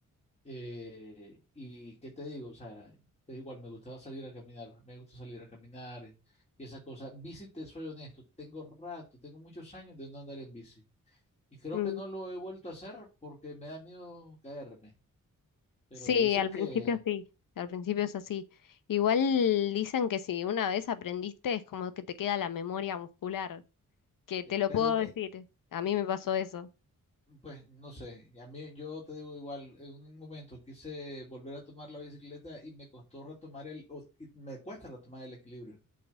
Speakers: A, on the left; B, on the left.
A: Eh, y qué te digo, o sea, es igual me gustaba salir a caminar, me gusta salir a caminar y, y esas cosas. Bici, te soy honesto, tengo rato, tengo muchos años de no andar en bici. Y creo
B: mm.
A: que no lo he vuelto a hacer porque me da miedo caerme. Pero
B: Sí,
A: dicen
B: al
A: que,
B: principio sí. Al principio es así. Igual dicen que si una vez aprendiste es como que te queda la memoria muscular, que
A: eh,
B: te lo
A: pero
B: puedo
A: ne-
B: decir. A mí me pasó eso.
A: Pues no sé, a mí yo te digo igual, en un momento quise volver a tomar la bicicleta y me costó retomar el, o- y me cuesta retomar el equilibrio,